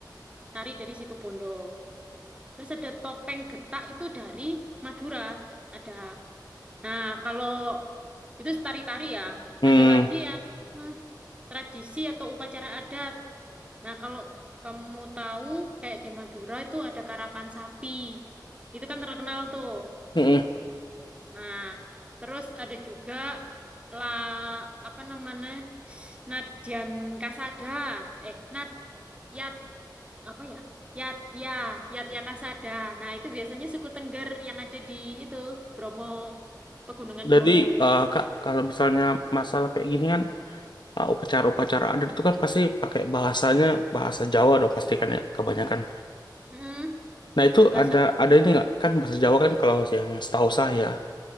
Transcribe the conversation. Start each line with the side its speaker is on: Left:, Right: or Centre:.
Right: tari dari Situbondo. Terus ada topeng getak itu dari Madura. Ada. Nah, kalau itu tari-tari ya.
Left: hmm,
Right: Ada lagi yang hmm, tradisi atau upacara adat. Nah, kalau kamu tahu kayak di Madura itu ada karapan sapi. Itu kan terkenal tuh.
Left: mm-mm.
Right: Nah, terus ada juga la apa namanya? Nadian Kasada. Eh, Nad ya apa ya? Yat ya, Yat kasada Nah, itu biasanya suku Tengger yang ada di itu Bromo, Pegunungan
Left: Jadi
Right: Bromo.
Left: eh, Kak kalau misalnya masalah kayak gini kan eh, upacara-upacara adat itu kan pasti pakai bahasanya bahasa Jawa dong pasti kan ya kebanyakan.
Right: Mm,
Left: Nah itu
Right: bahasa
Left: ada
Right: Jawa.
Left: ada ini nggak kan bahasa Jawa kan kalau yang setahu saya